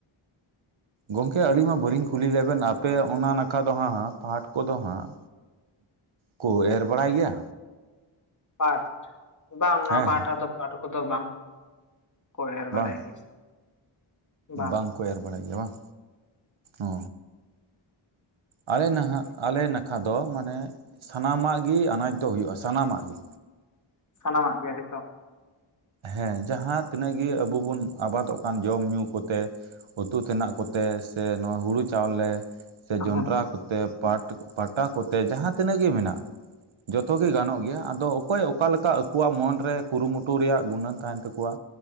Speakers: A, on the right; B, on the left.
A: ᱜᱚᱢᱠᱮ ᱟᱹᱞᱤᱧ ᱢᱟ ᱵᱟᱹᱞᱤᱧ ᱠᱩᱞᱤ ᱞᱮᱫ ᱵᱮᱱ ᱟᱯᱮ ᱚᱱᱟ ᱱᱟᱠᱷᱟ ᱫᱚ ᱦᱟᱸᱜ ᱯᱟᱴ ᱠᱚᱫᱚ ᱦᱟᱸᱜ ᱠᱚ ᱮᱨ ᱵᱟᱲᱟᱭ ᱜᱮᱭᱟ?
B: ᱟᱪᱪᱷᱟ ᱯᱟᱴ ᱵᱟᱝ ᱱᱚᱣᱟ
A: ᱦᱮᱸ
B: ᱯᱟᱦᱴᱟ
A: ᱦᱮᱸ
B: ᱫᱚ ᱯᱟᱴ ᱠᱚᱫᱚ ᱵᱟᱝ ᱠᱚ ᱮᱨ ᱵᱟᱲᱟᱭ
A: ᱵᱟᱝ
B: ᱜᱮ ᱵᱟᱝ
A: ᱵᱟᱝᱠᱚ ᱮᱨ ᱵᱟᱲᱟᱭ ᱜᱮᱭᱟ ᱵᱟᱝ ᱚ ᱟᱞᱮ ᱱᱟᱦᱟᱜ ᱟᱞᱮ ᱱᱟᱠᱷᱟ ᱫᱚ ᱢᱟᱱᱮ ᱥᱟᱱᱟᱢᱟᱜ ᱜᱮ ᱟᱱᱟᱡᱽ ᱫᱚ ᱦᱩᱭᱩᱜ-ᱟ ᱥᱟᱱᱟᱢᱟᱜ ᱜᱮ᱾
B: ᱥᱟᱱᱟᱢᱟᱜ ᱜᱮ ᱡᱷᱚᱛᱚ
A: ᱦᱮᱸ ᱡᱟᱦᱟᱸ ᱛᱤᱱᱟᱹᱜ ᱜᱮ ᱟᱵᱚ ᱵᱚᱱ ᱟᱵᱟᱫᱚᱜ ᱠᱟᱱ ᱡᱚᱢ-ᱧᱩ ᱠᱚᱛᱮ ᱩᱛᱩ ᱛᱮᱱᱟᱜ ᱠᱚᱛᱮ ᱥᱮ ᱱᱚᱣᱟ ᱦᱩᱲᱩ ᱪᱟᱣᱞᱮ ᱥᱮ
B: ᱦᱮᱸ
A: ᱡᱚᱱᱰᱨᱟ ᱠᱚᱛᱮ ᱯᱟᱴ ᱯᱟᱴᱟ ᱠᱚᱛᱮ ᱡᱟᱦᱟᱸ ᱛᱤᱱᱟᱹᱜ ᱜᱮ ᱢᱮᱱᱟᱜ ᱡᱚᱛᱚ ᱜᱮ ᱜᱟᱱᱚᱜ ᱜᱮᱭᱟ ᱟᱫᱚ ᱚᱠᱚᱭ ᱚᱠᱟ ᱞᱮᱠᱟ ᱟᱠᱚᱣᱟᱜ ᱢᱚᱱ ᱨᱮ ᱠᱩᱨᱩᱢᱩᱴᱩ ᱨᱮᱭᱟᱜ ᱜᱩᱱᱟᱹᱱ ᱛᱟᱦᱮᱱ ᱛᱟᱠᱚᱣᱟ